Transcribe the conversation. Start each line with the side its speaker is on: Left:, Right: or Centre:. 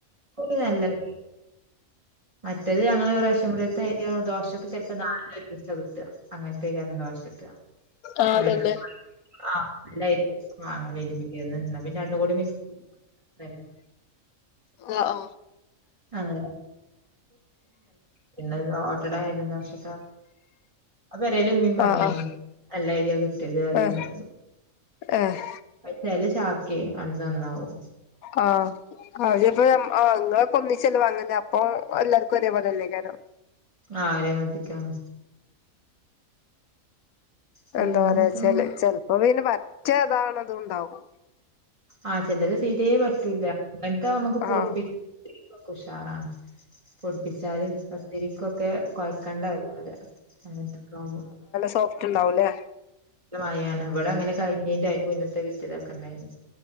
Right: ഒരു നല്ലത് മറ്റത് ഞങ്ങൾ റേഷൻ പിടീത്തെ ആയിരൊണ്ട് ദോശൊക്കെ ചിലപ്പോ നാലല്ലും കിട്ടുക അങ്ങനത്തക്കരം ദോശ കിട്ട
Left: ആഹ്
Right: എന്നട്ട
Left: അതന്നെ
Right: ആഹ് നല്ലയ്രി വാങ്ങ ന്റെ പിടെന്ന് പിന്നെ രണ്ടും കൂടി മിക്സാ <unintelligible>
Left: ഒ ഓ
Right: അങ്ങനെ പിന് <unintelligible> ഓട്ടടയാലും ദോശ അഹ് പെരേൽ ഇമമീം പറഞ്ഞേനി
Left: ആഹ് ആഹ്
Right: നല്ലയ്രിയ കിട്ടിയത് അറിൻ
Left: ആഹ്
Right: ഡേ
Left: ഏഹ് ഏഹ്
Right: അഹ് ചേലെ ചാക്ക ക നന്നാവും
Left: ആഹ് അപ്പ അങ്ങൊ കൊ ഒന്ന ചിലവാങ്ങല്ല അപ്പൊ എല്ലാവർക്കും ഒരേപോലെന്നേ കാരോ
Right: ആഹ് ഒരേ മാതിരിക്കണേ പിന്നെത്താ
Left: എന്താ പറയാ ചാല് ചെലപ്പോ പിന് പറ്റതാണത് ഇണ്ടാവും
Right: ആഹ് ചെലത് തീരെ പറ്റൂല <unintelligible> നമ്മുക്ക്
Left: ആഹ്
Right: പൊടിപ്പിക്ക ഉഷാറാണ് പൊടിപ്പിച്ചാല് പത്തിരിക്കൊക്കെ കൊഴക്കണ്ട വല്ലാതെ അങ്ങനത്തക്ക
Left: സോഫ്റ്റ്ണ്ടാവുലേ
Right: മായാണ് ഇവിടെ അങ്ങനെ കഴിഞ്ഞന്റെും അയിന്റെ മുന്നത്തെ വിട്ടിതാക്കണ്ടായിന്